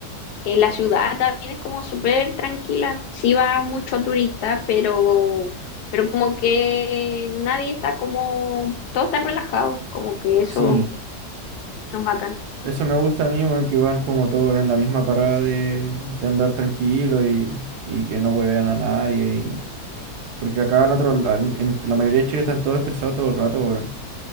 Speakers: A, on the left; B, on the right.
A: en la ciudad también es como súper tranquila. Sí va mucho turista, pero, pero como que nadie está como, todos están relajados, como que eso,
B: Sí.
A: eso es bacán.
B: Eso me gusta a mí, weón, que van como todos en la misma parada de, de andar tranquilo y, y que no huevean a nadie. y- Porque acá en otro, la- en la mayoría de Chile están todos estresados todo el rato, weón.